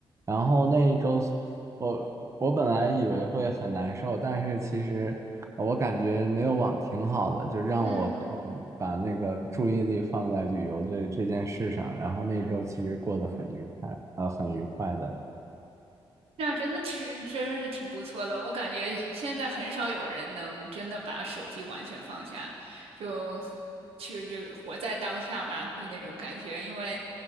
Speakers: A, on the right; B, on the right.
A: 然后那一周，我我本来以为会很难受，但是其实我感觉没有网挺好的，就让我更
B: 嗯，
A: 把那个注意力放在旅游这这件事上。然后那一周其实过得很愉快，啊、很愉快的。
B: 那真的其实真是挺不错的，我感觉现在很少有人能真的把手机完全放下，就去就活在当下吧，就那种感觉。因为